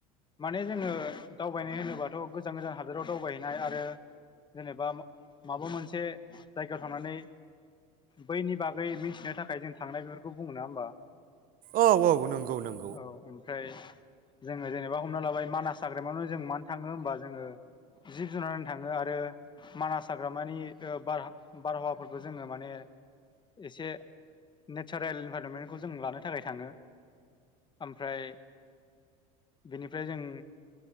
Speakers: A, on the left; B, on the right.
A: माने जोङो दावबायनाय होनोबाथ' गोजान गोजान हादराव दावबायहैनाय आरो जेनेबा माबा मोनसे जायगायाव थांनानै बैनि बागै मिथिनो थाखाय जों थांनाय बेफोरखौ बुङो ना होमबा?
B: औ औ नंगौ नंगौ।
A: औ <unintelligible> जोङो जेनेबा हमना लाबाय मानास हाग्रामायावनो जों मानो थाङो होमबा जोङो जिब जुनार थाङो आरो मानास हाग्रामानिर बार बारहावा फोरफोरखौ जोङो माने एसे नेचारेल इनभाइरनमेन्टखौ जों लानो थाखाय थाङो। ओमफ्राय बेनिफ्राय जों